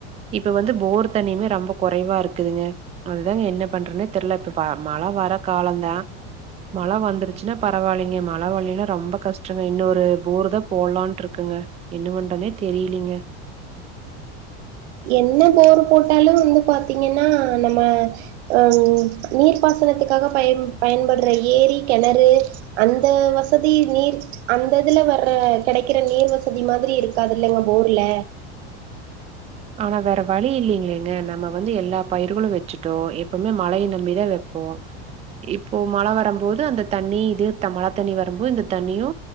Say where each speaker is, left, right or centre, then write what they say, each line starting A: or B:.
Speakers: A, on the right (about 20°); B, on the right (about 85°).
A: இப்ப வந்து போர் தண்ணியுமே ரொம்ப குறைவா இருக்குதுங்க அதுதாங்க என்ன பண்றேனே தெர்லா இப்ப பா மழ வர காலோதா மழ வந்துருச்சுன்னா பரவால்லைங்க மழ வல்லின்னா ரொம்ப கஷ்டங்க இன்னொரு போரு தா போடலான்ட்டு இருக்குங்க என்ன பண்றனே தெரியிலிங்க
B: என்ன போர் போட்டாலு வந்து பாாரத்தீங்கன்னா நம்ம ம் நீர்ப்பாசனத்துக்காக பயன் பயன்படுற ஏரி கெணறு அந்த வசதி நீர் அந்த இதுல வர்ற கெடைக்கிற நீர் வசதி மாதிரி இருக்காது இல்லைங்க போர்ல
A: ஆனா வேற வழி இல்லலைங்கங்க நம்ம வந்து எல்லா பயிர்களு வச்சுட்டோ எப்பவுமே மழய நம்பிதா வைப்போ இப்போ மழ வரபோது அந்த தண்ணி இது மழ தண்ணி வருபோது இந்த தண்ணியு